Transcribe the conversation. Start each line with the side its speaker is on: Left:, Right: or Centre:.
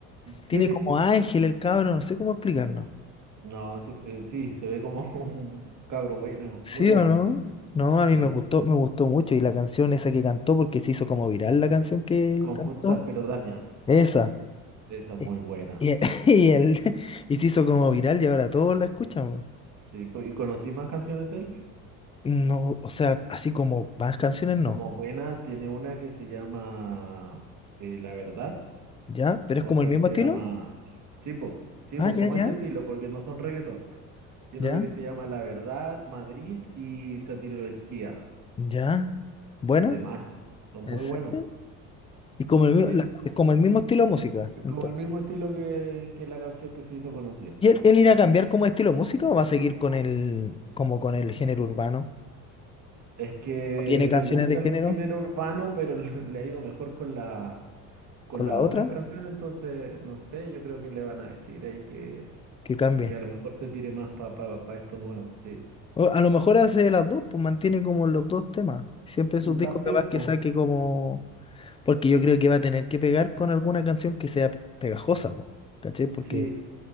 Right: sí,
Left: tiene como ángel el cabro, no sé cómo explicarlo.
Right: no, sí, eh, sí, se ve como <laughs> un cabro bueno,
Left: ¿Sí
Right: muy bueno.
Left: o no? No, a mí
Right: Sí,
Left: me gustó, me gustó mucho. Y la canción esa que cantó, porque se hizo como viral la canción que
Right: confortas
Left: cantó.
Right: pero dañas.
Left: Esa.
Right: Esa es
Left: Y,
Right: muy buena.
Left: y- <laughs> y él, y se hizo como viral y ahora todos la escuchan. po.
Right: Sí, pues, ¿y conocí más canciones de él?
Left: No, o sea, así como más canciones no.
Right: Como buenas, tiene una que se llama eh, La Verdad,
Left: ¿Ya? ¿Pero es
Right: otra
Left: como el mismo
Right: que se
Left: estilo?
Right: llama Sipo, Sipo,
Left: Ah, ya,
Right: como
Left: ya,
Right: ese estilo, porque no son reggaetón. Tiene
Left: ya,
Right: una que se llama La Verdad, Madrid y Satirología.
Left: ya. ¿Buenas?
Right: Son temazos, son muy
Left: ¿En serio?
Right: buenos.
Left: Y como el, mi-
Right: Sí,
Left: la- es como el mismo estilo de música,
Right: es
Left: entonces.
Right: como el mismo estilo que, que la canción que se hizo conocido.
Left: ¿Y él, él irá a cambiar como estilo de música o va a seguir con el, como con el género urbano?
Right: Es que
Left: ¿O tiene
Right: le
Left: canciones
Right: gusta
Left: de género
Right: el género urbano, pero <laughs> le ha ido mejor con la, con
Left: con
Right: las
Left: la
Right: otras
Left: otra?
Right: canciones, entonces, no sé, yo creo que le van a decir ahí que,
Left: que cambie.
Right: que, que a lo mejor se tire más para pa, pa pa esto nuevo, sí.
Left: O a lo mejor hace las dos, pues mantiene como los dos temas. Siempre
Right: Mm,
Left: sus discos
Right: También,
Left: capaz
Right: pues,
Left: que saque como... Porque yo creo que va a tener que pegar con alguna canción que sea pegajosa, po, ¿cachai? Porque
Right: sí,